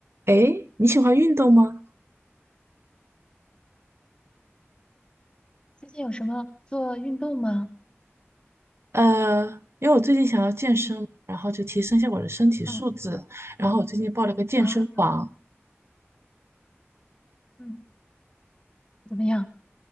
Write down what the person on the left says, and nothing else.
最近有什么做运动吗？
嗯，
哦
啊，嗯，怎么样？